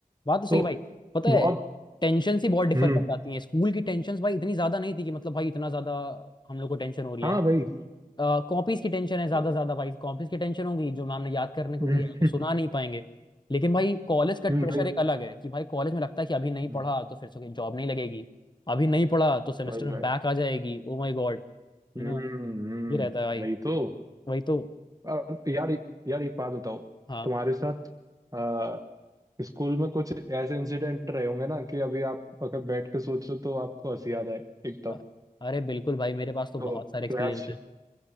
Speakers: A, on the left; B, on the right.
A: बात तो सही
B: तो
A: है भाई पता
B: बहुत
A: है टेंशन ही बहुत डिफर
B: हम्म
A: कर जाती हैं स्कूल की टेंशन भाई इतनी ज्यादा नहीं थी कि मतलब भाई इतना ज्यादा हम लोग को टेंशन हो रही
B: हाँ
A: है
B: भाई
A: कॉपीज की टेंशन है ज्यादा
B: हम्म
A: ज्यादा भाई कॉपीज की टेंशन होगी जो मैम ने याद करने को
B: <laughs>
A: दिया है वो सुना नहीं पाएंगे लेकिन भाई कॉलेज का
B: हम्म,
A: प्रेशर
B: भाई
A: एक अलग है कि भाई कॉलेज में लगता है कि अभी नहीं
B: हम्म,
A: पढ़ा तो फिर से जॉब नहीं लगेगी अभी नहीं पढ़ा तो सेमेस्टर
B: भाई
A: में
B: भाई
A: बैक आ जाएगी Oh my god है
B: हम्म
A: ना
B: हम्म,
A: ये रहता है भाई
B: वही तो
A: वही तो
B: और यार यार एक बात बताओ
A: हाँ
B: तुम्हारे साथ आ, स्कूल में कुछ ऐसे इंसिडेंट रहे होंगे ना कि अभी आप अगर बैठ के सोचो तो आपको हंसी आ जाए एकदम
A: अ- अरे बिल्कुल भाई मेरे पास तो
B: तो
A: बहुत सारे एक्सपीरियंस
B: तो यार
A: है